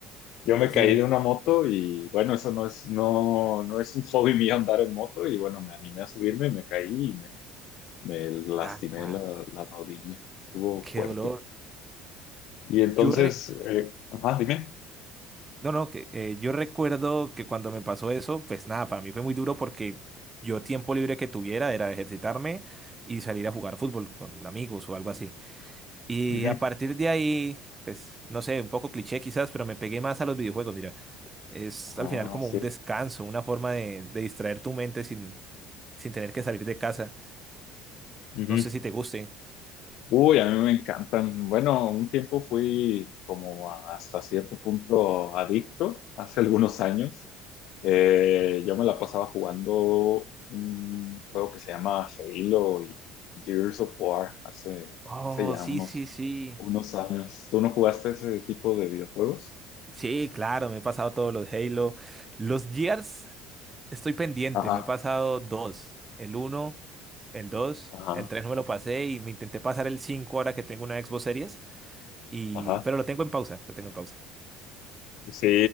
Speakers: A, on the left (about 55°); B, on the right (about 20°).
A: Yo me caí
B: Sí.
A: de una moto y bueno, eso no es, no, no es un hobby mío andar en moto y bueno, me animé a subirme, me caí y me, me lastimé
B: Ah, ah,
A: la, la rodilla. Estuvo
B: qué
A: fuerte.
B: dolor.
A: Y entonces,
B: Yo re-
A: eh, ajá, dime.
B: no, no, que eh, yo recuerdo que cuando me pasó eso, pues nada, para mí fue muy duro porque yo tiempo libre que tuviera era ejercitarme y salir a jugar fútbol con amigos o algo así. Y
A: Ujú.
B: a partir de ahí, pues, no sé, un poco cliché quizás, pero me pegué más a los videojuegos. Mira, es
A: Ah,
B: al final como
A: sí.
B: un descanso, una forma de, de distraer tu mente sin, sin tener que salir de casa.
A: Ujú.
B: No sé si te guste.
A: Uy, a mí me encantan. Bueno, un tiempo fui como a- hasta cierto punto adicto, hace algunos años. Eh, yo me la pasaba jugando un juego que se llama Halo y Gears of War hace,
B: Oh,
A: hace ya
B: sí,
A: unos,
B: sí, sí.
A: unos años. ¿Tú no jugaste ese tipo de videojuegos?
B: Sí, claro, me he pasado todos los Halo. Los Gears, estoy pendiente,
A: Ajá,
B: me he pasado dos. El uno, el dos,
A: ajá,
B: el tres no me lo pasé y me intenté pasar el cinco ahora que tengo una Xbox Series. Y,
A: ajá.
B: pero lo tengo en pausa, lo tengo en pausa.
A: Sí,